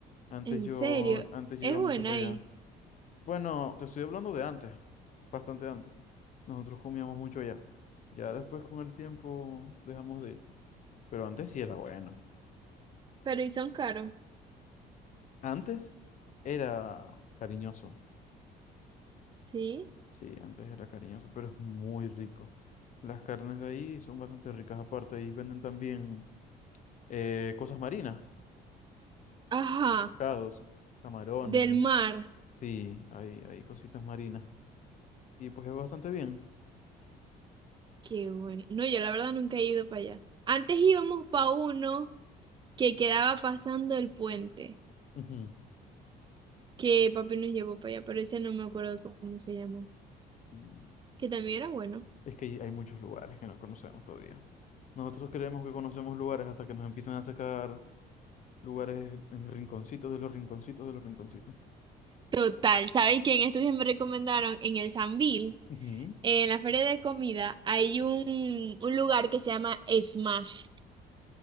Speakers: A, on the left (about 45°); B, on the right (about 25°).
A: Antes
B: En
A: yo,
B: serio,
A: antes yo
B: es
A: iba
B: buena
A: mucho para
B: ahí,
A: allá. Bueno, te estoy hablando de antes, bastante antes. Nosotros comíamos mucho allá. Ya después con el tiempo dejamos de ir. Pero antes sí era bueno.
B: Pero y son caros.
A: Antes era cariñoso.
B: ¿sí?
A: Sí, antes era cariñoso, pero es muy rico. Las carnes de ahí son bastante ricas. Aparte, ahí venden también eh, cosas marinas,
B: Ajá,
A: pescados, camarones.
B: del mar.
A: Sí, hay, hay cositas marinas. Y pues es bastante bien.
B: Qué bueno. No, yo la verdad nunca he ido para allá. Antes íbamos para uno que quedaba pasando el puente,
A: Ujú.
B: que papi nos llevó para allá, pero ese no me acuerdo cómo se llamó,
A: Mm,
B: que también era bueno.
A: Es que hay hay muchos lugares que no conocemos todavía. Nosotros creemos que conocemos lugares hasta que nos empiezan a sacar lugares en rinconcitos de los rinconcitos de los rinconcitos.
B: Total, ¿sabes quién? Estos días me recomendaron en el Sambil,
A: Ujú.
B: en la feria de comida, hay un, un lugar que se llama Smash.